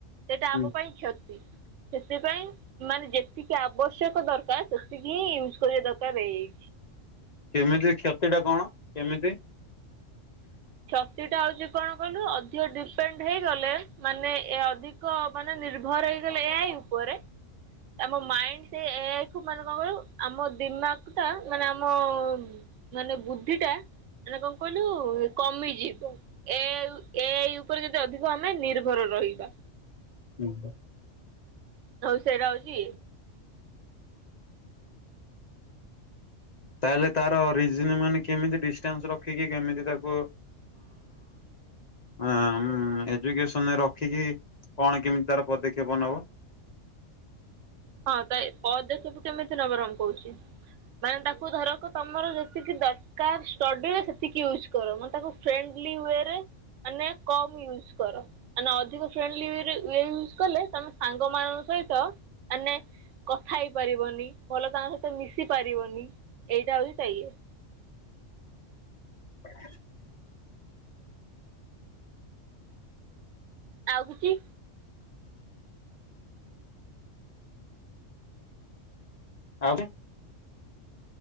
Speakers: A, on the right; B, on the left.
A: ସେଟା
B: ହୁଁ
A: ଆମ ପାଇଁ କ୍ଷତି। ସେଥିପାଇଁ ମାନେ ଯେତିକି ଆବଶ୍ୟକ ଦରକାର୍ ସେତିକି ହିଁ ୟୁଜ୍ କରିବା ଦରକାର ଏଆଇ
B: କେମିତି କ୍ଷତି ଟା କଣ କେମିତି?
A: କ୍ଷତି ଟା ହୋଉଛି କଣ କହିଲୁ ଅଧିକ ଡିପେଣ୍ଡ ହେଇଗଲେ ମାନେ ଏ ଅଧିକ ଅଧିକ ମାନେ ନିର୍ଭର ହେଇଗଲେ ଏଆଇ ଉପରେ ଆମ ମାଇଣ୍ଡ ସେ ଏଆଇ କୁ ମାନେ କଣ କହିଲୁ ଆମ ଦିମାଗ୍ ଟା ମାନେ ଆମ ମାନେ ବୁଦ୍ଧି ଟା ମାନେ କଣ କହିଲୁ କମିଯିବ ଏଆଇ ଏଆଇ ଉପରେ ଯଦି ଅଧିକ ଆମେ ନିର୍ଭର ରହିବା।
B: ହୁଁ ପା।
A: ହଉ ସେଟା ହୋଉଚି।
B: ତାହେଲେ ତାର ରିଜିନ୍ ମାନେ କେମିତି ଡିଷ୍ଟାନ୍ସ୍ ରଖିକି କେମିତି ତାକୁ
A: <unintelligible>
B: ଆଁ ଉଁ ଏଜୁକେସନ୍ ରେ ରଖିକି କଣ କେମିତି ତାର ପଦକ୍ଷେପ ନବ।
A: ହଁ ତ ଏ ପଦକ୍ଷେପ କେମିତି ନବ ର ମୁଁ କହୁଛି। ମାନେ ତାକୁ ଧରକ ତମର ଯେତିକି ଦରକାର୍ ଷ୍ଟଡିରେ ସେତିକି ୟୁଜ୍ କର ମୁଁ ତାକୁ ଫ୍ରେଣ୍ଡଲି ୱରେ ମାନେ କମ୍ ୟୁଜ କର। ମାନେ ଅଧିକ ଫ୍ରେଣ୍ଡଲି ୱରେ ଇଏ ୟୁଜ କଲେ ତମେ ସାଙ୍ଗ ମାନଙ୍କ ସହିତ ମାନେ କଥା ହେଇପାରିବନି ଭଲ ସାଙ୍ଗ ସହିତ ମିଶି ପାରିବନି ଏଇଟା ହୋଉଛି ସେୟା।
B: <unintelligible>
A: ଆଉ କିଛି?
B: ଆଉରି।